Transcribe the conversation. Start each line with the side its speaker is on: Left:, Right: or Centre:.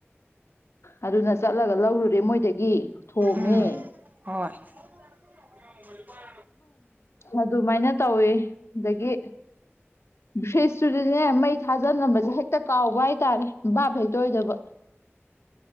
Left: ꯑꯗꯨꯅ ꯆꯠꯂꯒ ꯂꯧꯔꯨꯔꯦ ꯃꯣꯏꯗꯒꯤ ꯊꯣꯝꯃꯦ
Right: ꯎꯝ ꯍꯣꯏ <inaudible>
Left: ꯑꯗꯨꯃꯥꯏꯅ ꯇꯧꯋ ꯑꯗꯒꯤ ꯐ꯭ꯔꯤꯖꯇꯨꯗꯅꯦ ꯃꯩ ꯊꯥꯖꯜꯂꯝꯕꯁꯦ ꯍꯦꯛꯇ ꯀꯥꯎꯕ ꯍꯥꯏꯇꯥꯔꯦ ꯕꯥꯕ ꯍꯦꯛꯇ ꯑꯣꯏꯗꯕ